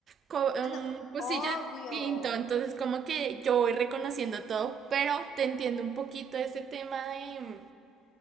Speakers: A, on the right; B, on the left.
A: co- un
B: Ah, no,
A: cursillo
B: obvio,
A: distinto, entonces como que yo voy reconociendo todo, pero te entiendo un poquito ese tema de mm,